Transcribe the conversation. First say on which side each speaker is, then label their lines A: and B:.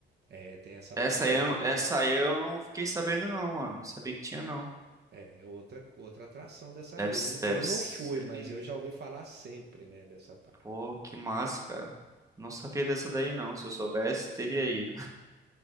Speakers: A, on the right; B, on the right.
A: É, tem essa
B: Essa
A: praia
B: aí,
A: aí
B: eu
A: também.
B: não- essa aí eu não fiquei sabendo não, mano. Não sabia que tinha não.
A: É outra, outra atração da Sardenha.
B: Deve, s-
A: Eu, n-
B: deve
A: eu
B: ser
A: não fui, mas
B: lindo.
A: eu já ouvi falar sempre, né, dessa parte.
B: Pô, que massa, cara. Não sabia dessa daí não. Se eu soubesse, teria ido.